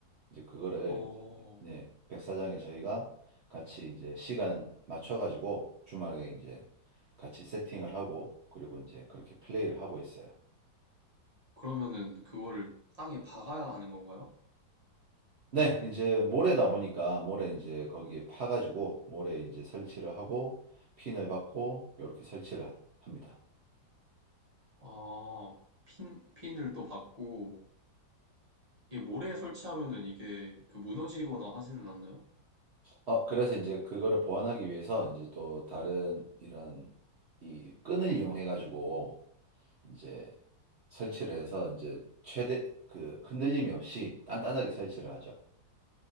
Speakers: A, on the right (about 85°); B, on the right (about 35°).
A: 이제 그거를
B: 어,
A: 네, 백사장에 저희가 같이 이제 시간 맞춰가지고 주말에 이제 같이 세팅을 하고 그리고 이제 그렇게 플레이를 하고 있어요.
B: 그러면은 그거를 땅에 박아야 하는 건가요?
A: 네, 이제 모래다 보니까 모래 이제 거기에 파가지고 모래 이제 설치를 하고 핀을 받고 이렇게 설치를 하- 합니다.
B: 아, 핀, 핀을 또 박고, 이게 모래에 설치하면은 이게 그 무너지거나 하지는 않나요?
A: 어, 그래서 이제 그거를 보완하기 위해서 이제 또 다른 이런 이 끈을 이용해 가지고 이제 설치를 해서 이제 최대 그 흔들림이 없이 단단하게 설치를 하죠.